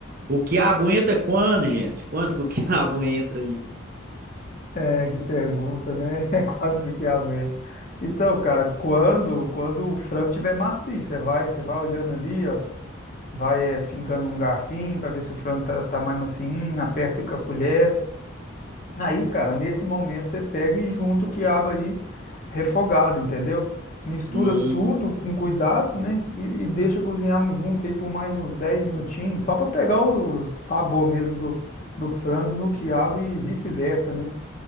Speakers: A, on the right; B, on the left.
A: O quiabo entra quando, gente? Quando que o quiabo <laughs> entra aí?
B: É, que pergunta, né? <laughs> É quando que o quiabo entra. Então, cara, quando quando o frango tiver macio, você vai, você vai olhando ali, ó, vai é, fincando um garfinho para ver se o frango tá, tá mais macinho, aperta com a colher.
A: Uhum.
B: Aí, cara, nesse momento você pega e junta o quiabo aí refogado, entendeu? Mistura
A: Hum,
B: tudo com cuidado, né? E, e deixa cozinhar junto aí por mais uns 10 minutinhos, só para pegar o sabor mesmo do, do frango no quiabo e vice-versa, né?